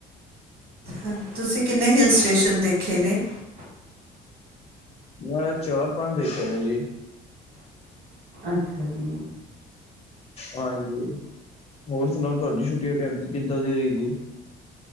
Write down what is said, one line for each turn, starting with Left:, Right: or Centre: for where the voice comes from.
Right: ਹਾਂ ਤੁਸੀਂ ਕਿੰਨੇ ਹਿੱਲ ਸਟੇਸ਼ਨ ਦੇਖੇ ਨੇ?
Left: ਮੈਂ ਚਾਰ ਪੰਜ ਦੇਖੇ ਨੇ ਜੀ।
Right: ਅੱਛਾ ਜੀ।
Left: ਹਾਂਜੀ। ਹੋਰ ਸੁਣਾਓ ਤੁਆਡੀ ਛੁੱਟੀਆਂ ਕੇਦ ਕਿੱਦਾਂ ਦੀਆ ਗਇਆ?